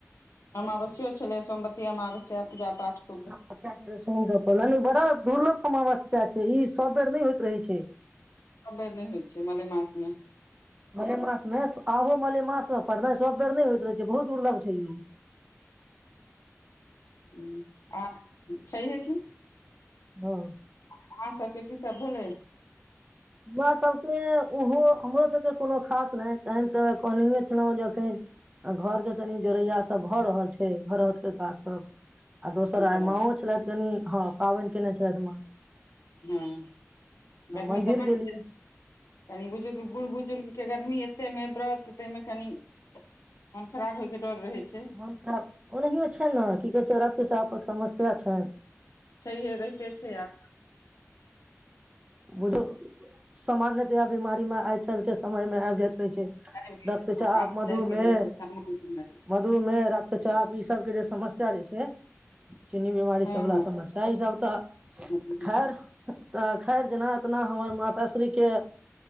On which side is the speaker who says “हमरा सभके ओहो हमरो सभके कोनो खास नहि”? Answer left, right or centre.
Right